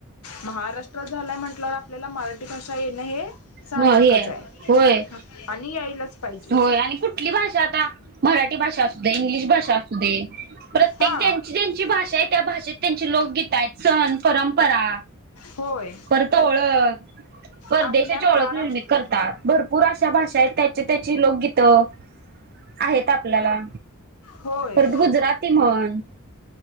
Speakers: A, on the left (about 80°); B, on the right (about 45°).
A: महाराष्ट्रात झालाय म्हंटल्यावर आपल्याला मराठी भाषा येणं हे साहजिकच
B: म हे
A: आय
B: होय
A: आणि यायलाच पाहिजे.
B: होय आणि कुठली भाषा आता, मराठी भाषा असू दे, इंग्लिश भाषा असू दे प्रत्येक
A: हा
B: ज्यांची ज्यांची भाषा आहे त्या भाषेत त्यांची लोकगीत आहेत, सण, परंपरा
A: होय
B: परत ओळख परदेशा
A: आपल्या
B: ची
A: महाराष्ट्र
B: ओळख निर्मित करतात, भरपूर अशा भाषा आहेत त्याची त्याची लोकगीतं आहेत आपल्याला,
A: होय
B: परत गुजराती म्हण